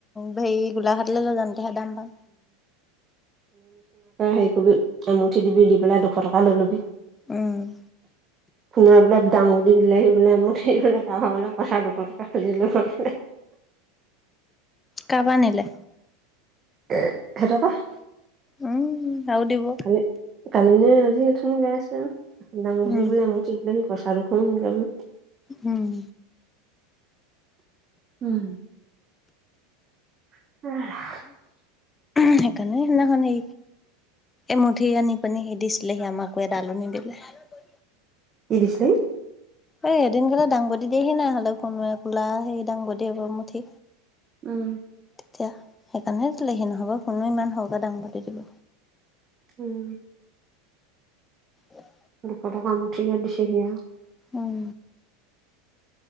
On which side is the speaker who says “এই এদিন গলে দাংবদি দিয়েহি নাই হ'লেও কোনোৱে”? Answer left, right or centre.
Left